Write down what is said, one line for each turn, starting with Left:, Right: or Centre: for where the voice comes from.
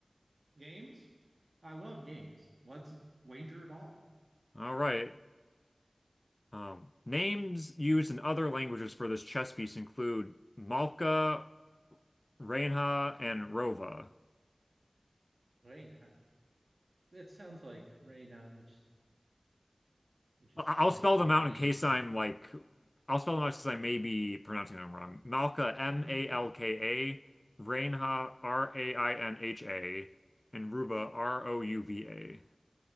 Right: Games. I love games. Let's wager it all.
Left: All right. Um, names used in other languages for this chess piece include Malka, Reinha, and Rova.
Right: Reina. It sounds like reina, which which is
Left: I-
Right: Spanish
Left: I'll spell
Right: for
Left: them
Right: queen.
Left: out in case I'm like, I'll spell them out since I may be pronouncing them wrong. Malka, M-A-L-K-A,
Right: Mhm.
Left: Reinha, R-A-I-N-H-A, and Ruva, R-O-U-V-A.